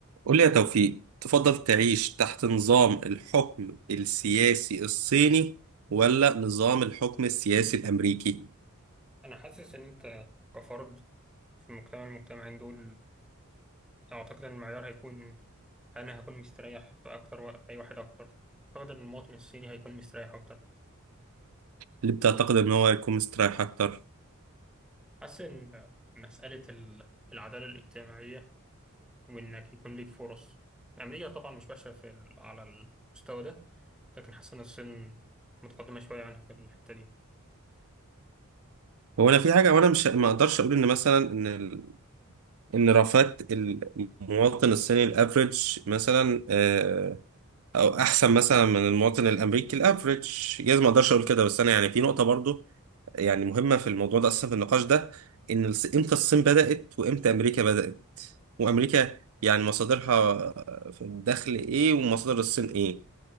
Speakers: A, on the right; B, in the centre.
A: قول لي يا توفيق تفضل تعيش تحت نظام الحكم السياسي الصيني ولا نظام الحكم السياسي الامريكي
B: أنا حاسس إن أنت كفرد في مجتمع المجتمعين دول أعتقد إن المعيار هيكون أنا هكون مستريح في أكتر وقت أي واحد أكتر أعتقد إن المواطن الصيني هيكون مستريح أكتر
A: اللي بتعتقد ان هو هيكون مستريح اكتر
B: حاسس إن مسألة ال- العدالة الاجتماعية وإنك يكون ليك فرص أمريكا طبعا مش وحشة في ال- على المستوى ده لكن حاسس إن الصين متقدمة شوية عنها في الحتة دي
A: هو انا في حاجه وانا مش ما اقدرش اقول ان مثلا ان ال- ان رفات المواطن الصيني الافريج مثلا آه، او احسن مثلا من المواطن الامريكي الافريج جايز ما اقدرش اقول كده بس انا يعني في نقطه برضو يعني مهمه في الموضوع ده اصلا في النقاش ده ان الص- امتى الصين بدات وامتى امريكا بدات وامريكا يعني مصادرها في الدخل ايه ومصادر الصين ايه